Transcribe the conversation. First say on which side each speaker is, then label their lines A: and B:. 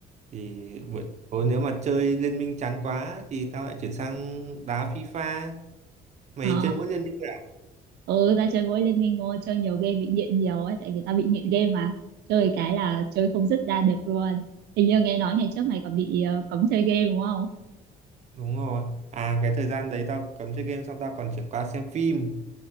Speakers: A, on the right; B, on the right.
A: thì buổi tối nếu mà chơi liên minh chán quá thì tao lại chuyển sang đá FIFA mày
B: ờ
A: chơi mỗi liên minh à?
B: ừ tao chơi mỗi Liên Minh ngôi chơi nhiều game bị nghiện nhiều ấy tại vì tao bị nghiện game mà chơi cái là chơi không dứt ra được luôn hình như nghe nói ngày trước mày còn bị ờ, cấm chơi game đúng không
A: Đúng rồi. À cái thời gian đấy tao cấm chơi game xong tao còn chuyển qua xem phim.